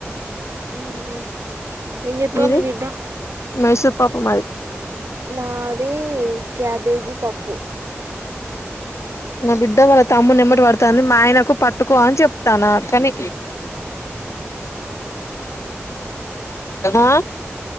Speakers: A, on the right; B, on the left.
A: ఉహు ఏం చేత్తాంది
B: ఇది
A: మీ బిడ్డ
B: మైసూర్ పప్పు మాది
A: మాది క్యాబేజీ పప్పు
B: నా బిడ్డ వాళ్ తమ్ము నిమ్మటి పడుతా మా ఆయనకు పట్టుకో అని చెప్తాను కాని ఆ